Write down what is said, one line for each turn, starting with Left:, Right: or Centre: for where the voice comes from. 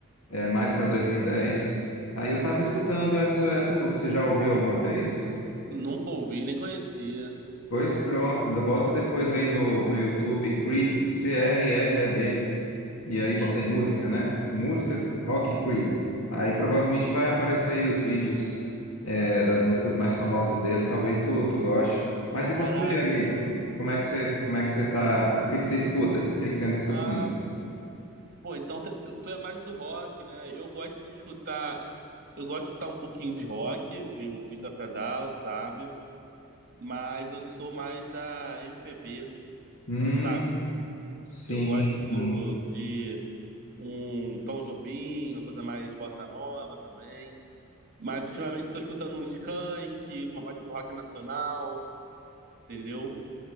Left: é, mais para 2010. Aí eu estava escutando essa, essa música. Você já ouviu alguma vez?
Right: Nunca ouvi, nem conhecia.
Left: Pois pronto, bota depois aí no, no YouTube, Creed, C-R-E-E-D. E aí
Right: Sim,
Left: botei música, né? Música
Right: aham.
Left: Rock Creed. Aí provavelmente vai aparecer aí os vídeos é, das músicas mais famosas dele. Talvez tu, tu goste. Mas e
Right: Caraca.
Left: você, amigo? Como é que você, como é que você tá? O que que você escuta? O que que você anda escutando?
Right: Ah, Pô, então tu, tu é mais do rock, né? Eu gosto de escutar. Eu gosto de escutar um pouquinho de rock, de um System of a Down, sabe? Mas eu sou mais da MPB,
Left: Hum,
Right: sabe?
Left: sim.
Right: Eu gosto
Left: hum.
Right: de um Tom Jobim, uma coisa mais bossa nova também. Mas ultimamente estou escutando um Skank, mais pro rock nacional, entendeu?